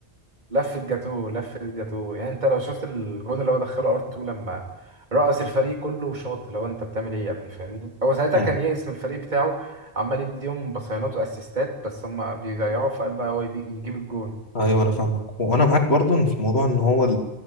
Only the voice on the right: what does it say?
لف الجاتو لف الجاتو يعني انت لو شفت الجون اللي هو دخله ار 2 لما رقص الفريق كله وشاط اللي هو انت بتعمل ايه يا ابني فاهمني هو ساعتها
كان يئس من الفريق بتاعه عمال يديهم بصيانات واسيستات بس هم بيضيعوا في قلبها هو يدي- يجيب الجون